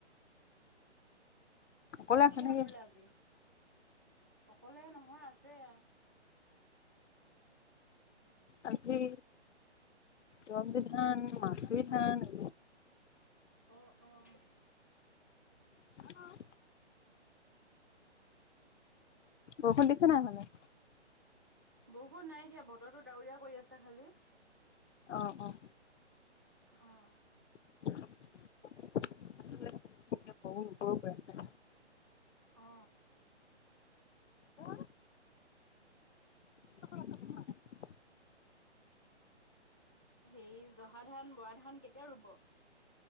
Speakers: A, on the left (about 80°); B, on the right (about 15°).
A: অকলে আছা
B: কি ধান
A: নেকি?
B: ৰুলে আজি? অকলে নহয় আছে।
A: অ', - তে- ৰনজিত ধান, মাচুবি ধান।
B: অ-অহ।
A: উম। বৰষুণ দিছে নাই সেইপিনে?
B: বৰষুণ নাই দিয়া, বতৰটো ডাৱৰীয়া কৰি আছে খালি।
A: অঁহ', -অঁহ।
B: অঁহ।
A: বতৰটো বেয়া সৈছে।
B: অঁ।
A: আহ- <inaudible>
B: সেৰি জহা ধান, বৰা ধান, কেতিয়া ৰুব?